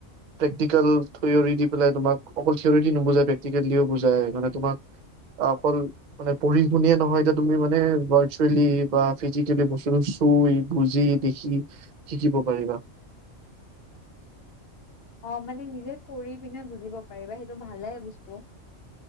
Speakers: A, on the right; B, on the left.
A: প্ৰেক্টিকেল থিয়ৰি দি পেলাই তোমাক অকল থিয়ৰি দি নুবুজাই প্ৰেক্টিকেল দিও বুজাই মানে তোমাক অকল মানে পঢ়ি শুনিয়ে নহয় এতিয়া তুমি মানে ইম'ষ্টলি বা ফিজিকেলী বস্তুটো চুই, বুজি, দেখি শিকিব পাৰিবা।
B: অ মানে নিজে কৰি কিনে বুজিব পাৰিবা সেইটো ভালে বস্তু।